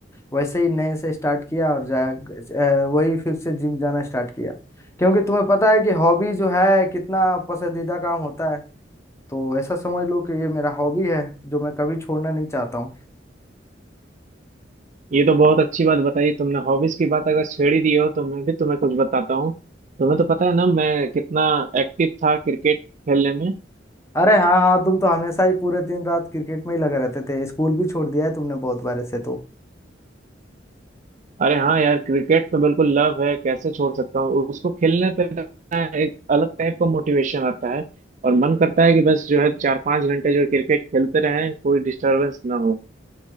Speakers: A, on the left; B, on the right.
A: वैसे ही नए से स्टार्ट किया और जा अ, वही फिर से जिम जाना स्टार्ट किया क्योंकि तुम्हें पता है कि हॉबी जो है कितना पसंदीदा काम होता है तो ऐसा समझ लो कि ये मेरा हॉबी है जो मैं कभी छोड़ना नहीं चाहता हूँ
B: ये तो बहुत अच्छी बात बताई तुमने हॉबीज की बात अगर छेड़ ही दी हो तो मैं भी तुम्हें कुछ बताता हूँ तुम्हें तो पता है ना मैं कितना एक्टिव था क्रिकेट खेलने में
A: अरे हाँ हाँ तुम तो हमेशा ही पूरे दिन रात क्रिकेट में ही लगे रहते थे स्कूल भी छोड़ दिया है तुमने बहुत बार ऐसे तो
B: अरे हाँ यार क्रिकेट तो बिल्कुल लव है कैसे छोड़ सकता हूँ उसको खेलने पे ना एक अलग टाइप का मोटिवेशन आता है और मन करता है कि बस जो है चार पांच घंटे जो क्रिकेट खेलते रहें कोई डिस्टरबेंस ना हो